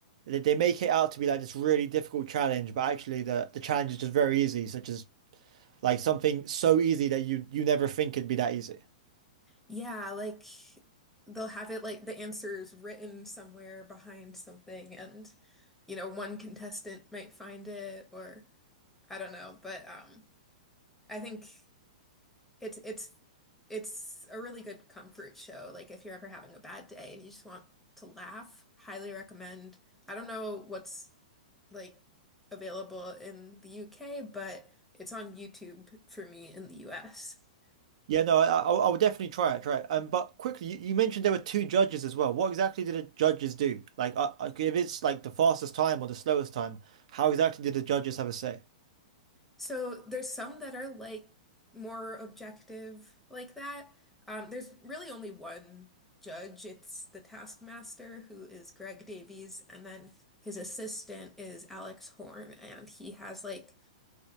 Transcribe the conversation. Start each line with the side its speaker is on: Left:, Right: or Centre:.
Right: that they make it out to be like this really difficult challenge, but actually the the challenge is just very easy, such as like something so easy that you you never think it'd be that easy.
Centre: Yeah, like they'll have it like the answers written somewhere behind something, and you know, one contestant might find it, or I don't know, but um, I think. It's it's it's a really good comfort show. Like if you're ever having a bad day and you just want to laugh, highly recommend. I don't know what's like available in the UK, but it's on YouTube for me in the US.
Right: Yeah, no, I, I, I would definitely try it, try it. Um, but quickly, you, you mentioned there were two judges as well. What exactly did the judges do? Like, uh, uh, if it's like the fastest time or the slowest time, how exactly did the judges have a say?
Centre: So there's some that are like more objective like that. Um, there's really only one judge. It's the Taskmaster, who is Greg Davies, and then his assistant is Alex Horn, and he has like